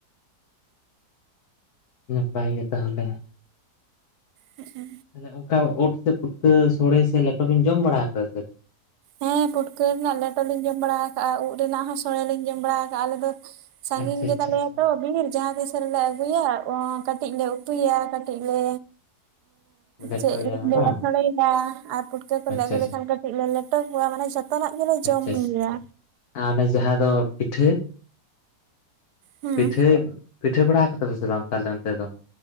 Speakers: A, on the left; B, on the right.
A: ᱱᱟᱯᱟᱭ ᱜᱮ ᱛᱟᱦᱚᱞᱮ
B: ᱦᱩ
A: ᱛᱟᱦᱚᱞᱮ ᱚᱱᱠᱟ ᱚᱫ ᱥᱮ ᱯᱩᱴᱠᱟᱹ ᱥᱳᱲᱮ ᱥᱮ ᱞᱮᱴᱚ ᱵᱤᱱ ᱡᱚᱢ ᱵᱟᱲᱟ ᱟᱠᱟᱫᱟ ᱥᱮ ᱵᱟᱝ
B: ᱦᱮᱸ ᱯᱩᱴᱠᱟᱹ ᱨᱮᱱᱟᱜ ᱞᱮᱴᱚ ᱞᱤᱧ ᱡᱚᱢ ᱵᱟᱲᱟ ᱠᱟᱜᱼᱟ ᱩᱫ ᱨᱮᱱᱟᱜ ᱦᱚᱸ ᱥᱳᱲᱮᱞᱤᱧ ᱡᱚᱢ ᱵᱟᱲᱟ ᱠᱟᱜᱼᱟ ᱟᱞᱮ ᱫᱚ ᱥᱟᱺᱜᱤᱧ
A: ᱟᱪᱪᱷᱟ
B: ᱜᱮᱛᱟᱞᱮᱭᱟ
A: ᱟᱪᱪᱷᱟ ᱟᱪᱪᱷᱟ
B: ᱛᱚ ᱵᱤᱨ ᱡᱟᱦᱟᱸ ᱛᱤᱥ ᱥ ᱨᱮᱞᱮ ᱟᱹᱜᱩᱭᱟ ᱠᱟᱹᱴᱤᱡ ᱞᱮ ᱩᱛᱩᱭᱟ ᱠᱟᱹᱴᱤᱡ ᱞᱮ
A: ᱞᱮᱴᱚᱭᱟ
B: ᱪᱮᱫ ᱤᱧ ᱞᱟᱭᱟ
A: ᱵᱟᱝ
B: ᱥᱚᱲᱮᱭᱟ ᱟᱨ ᱯᱩᱴᱠᱟᱹ ᱠᱚᱞᱮ
A: ᱟᱪᱪᱷᱟ
B: ᱟᱹᱜᱩ
A: ᱟᱪᱪᱷᱟ
B: ᱞᱮᱠᱷᱟᱱ ᱠᱟᱹᱴᱤᱡ ᱞᱮᱴᱚ ᱠᱚᱣᱟ ᱢᱟᱱᱮ ᱡᱚᱛᱚ ᱡᱚᱛᱱᱟᱜ ᱜᱮᱞᱮ ᱡᱚᱢ
A: ᱟᱪᱪᱷᱟ
B: ᱜᱮᱭᱟ᱾
A: ᱟᱪᱪᱷᱟ ᱟᱨ ᱚᱱᱮ ᱡᱟᱦᱟᱸ ᱫᱚ ᱯᱤᱴᱷᱟᱹ
B: ᱦᱩᱸ
A: ᱯᱤᱴᱷᱟᱹ ᱯᱤᱴᱷᱟᱹ ᱵᱟᱲᱟ ᱠᱟᱫᱟ ᱯᱮ ᱥᱮ ᱵᱟᱝ ᱛᱟᱦᱚᱞᱮ ᱚᱱᱛᱮ ᱫᱚ